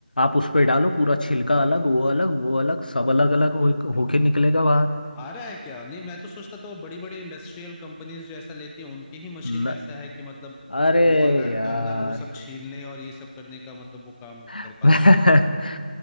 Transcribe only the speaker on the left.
आप उस पर डालो पूरा छिलका अलग वो अलग वो अलग सब अलग अलग हो होके निकलेगा बाहर
न,
अरे
यार
<laughs>
मैं